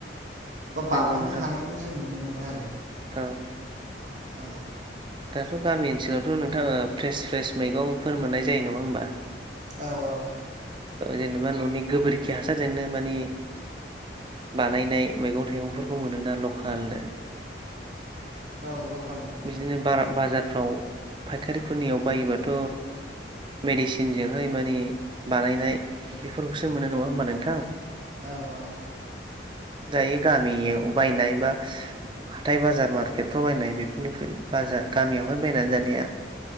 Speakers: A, on the right; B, on the right.
A: बा
B: नंगौ
A: बांहोनो
B: नोंथां
A: हानायखौ जों नुनो मोनो आरो
B: औ
A: औ
B: दाथ' गामि ओनसोलावथ' नोंथाङा फ्रेस फ्रेस मैगंफोर मोननाय जायो नङा होमबा
A: औ औ
B: जेनेबा न'नि गोबोरखि हासारजोंनो मानि बानायनाय मैगं थाइगंफोरखौ मोनोना लकेलनो
A: औ ल
B: बिदिनो बाजारफ्राव फायखारिफोरनियाव बायोबाथ' मेडिसिनजोंहाय मानिे बानायनाय बेफोरखौसो मोनो नङा होमबा नोंथां
A: औ औ
B: दायो गामियाव बायनाय बा हाथाय बाजार मार्केटफ्राव बायनाय बे बेफोरनिख्रुय बाजार गामियावहाय बायनानै जानाया